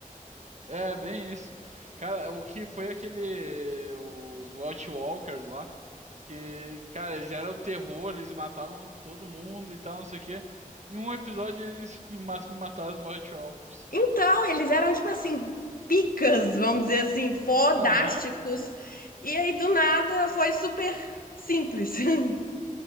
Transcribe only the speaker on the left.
Então, eles eram tipo assim, picas, vamos dizer assim, fodásticos.
E aí do nada foi super simples. <laughs>